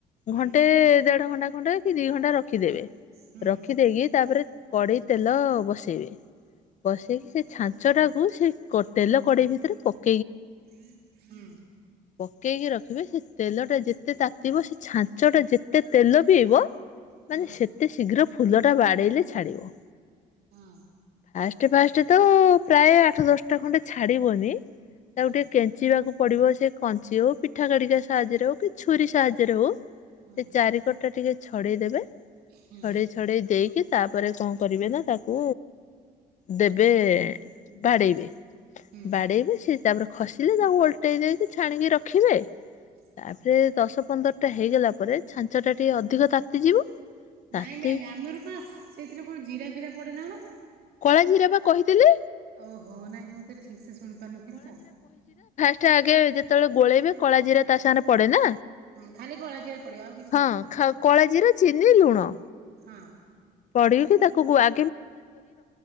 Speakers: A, on the right; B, on the left.
A: ହୁଁ
B: ଘଣ୍ଟେ ଦେଢ ଘଣ୍ଟା ଖଣ୍ଡେ କି ଦି ଘଣ୍ଟା ରଖିଦେବେ
A: ହୁଁ
B: ରଖିଦେଇକି ତାପରେ କଡେଇ ତେଲ ବସେଇବେ ବସେଇକି ସେ ଛାଞ୍ଚଟାକୁ ସେ ତେଲ କଡ଼େଇ ଭିତରେ ପକ
A: ହୁଁ
B: ପକେଇକି ରଖିବେ ସେ ତେଲ ଟା ଯେତେ ତାତିିବ ସେ ଛାଞ୍ଚ ଟା ଯେତେ ତେଲ ପିଇବ
A: ହୁଁ
B: ମାନେ ସେତେ ଶୀଘ୍ର ଫୁଲ ଟା ବାଡ଼େଇଲେ ଛାଡିବ।
A: ହଁ <inaudible>
B: ଫାଷ୍ଟ ଫାଷ୍ଟ ତ ପ୍ରାୟ ଆଠ ଦଶଟା ଖଣ୍ଡେ ଛାଡ଼ିବନି ତାକୁ
A: ହଁ
B: ଟିକେ କେଞ୍ଚିବାକୁ ପଡିବ ସେ କଞ୍ଚି ହଉ ପିଠା କାଡିକା ସାହାଯ୍ୟରେ ହଉ କି ଛୁରୀ ସାହାଯ୍ୟରେ ହଉ
A: ହଁ ହଁ
B: ସେ ଚାରି ପଟ ଟା ଟିକେ ଛଡେଇଦବେ
A: ହୁଁ
B: ଛଡେଇ ଛଡେଇ ଦେଇ କି ତାପରେ କଣ କରିବେ ନା ତାକୁ ଦେବେ ବାଡେଇବେ
A: ହୁଁ
B: ବାଡେଇବେ ସେ ତାପରେ ଖସିଲେ ତାକୁ ଓଲଟେଇ ଦେଇକି ଛାଣିକି ରଖିବେ ତାପରେ
A: ହଁ
B: ଦଶ ପନ୍ଦରଟା ହେଇଗଲା ପରେ ଛାଞ୍ଚ ଟା ଟିକେ ଅଧିକ ତାତିଯିବ ତାତି
A: ନାଇଁ ମ୍ୟାମ ଆମର ପା ସେଇଥିରେ କଣ ଜିରା ଫିରା ପଡେନା କଣ?
B: କଳାଝିର ବା କହିଥିଲି।
A: ଓହୋ ନାଇଁ ମୁଁ ତ ଠିକ ସେ ଶୁଣି ପାରୁନଥିଲି ତ
B: ସେ ଆଗେ ଯେତେବେଳେ ଗୋଳେଇବେ କଳା ଜିରି ତା ସାଙ୍ଗରେ ପଡେ ନା।
A: ହୁଁ, ଖାଲି କଳା ଜିରା ପଡିବ ଆଉ କିଛି
B: ହଁ
A: ନୁହଁ
B: ଖା କଳା ଜିରା, ଚିନି, ଲୁଣ।
A: ହଁ।
B: ପଢିକି ତାକୁ ଗୁ ଆ